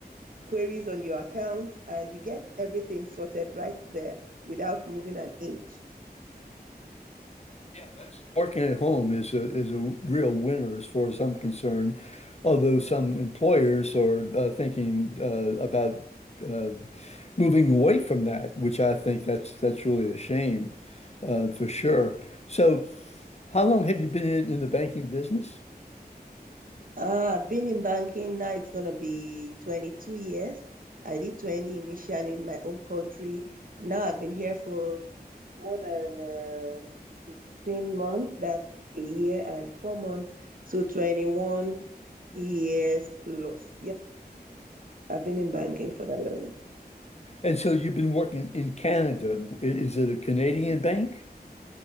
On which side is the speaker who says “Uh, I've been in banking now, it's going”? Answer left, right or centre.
Right